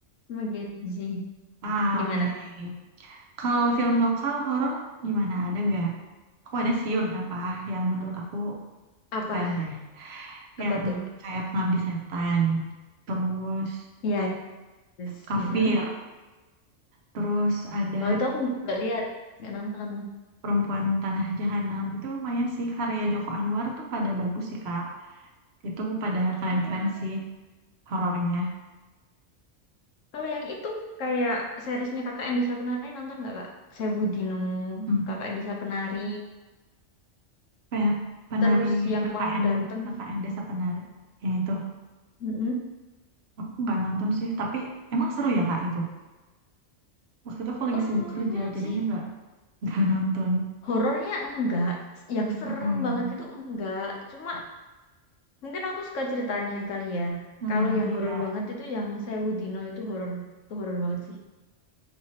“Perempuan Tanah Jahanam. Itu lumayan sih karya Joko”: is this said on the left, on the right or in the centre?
Right